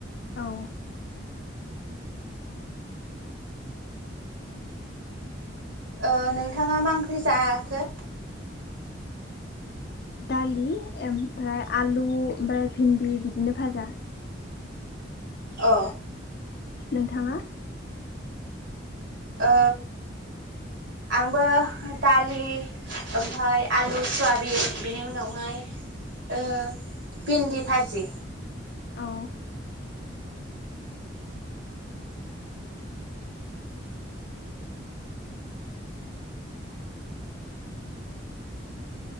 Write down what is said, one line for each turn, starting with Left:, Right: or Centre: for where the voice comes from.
Left: औ।
Right: ओ नोंथाङा मा ओंख्रि जायाखो?
Left: दालि ओमफ्राय आलु ओमफ्राय भिन्दि बिदिनो भाजा।
Right: अ
Left: नोंथाङा?
Right: ओ आंबो दालि ओमफाय आलु सुवाबिन बिनि उनावहाय ओ भिन्दि भाजि
Left: औ।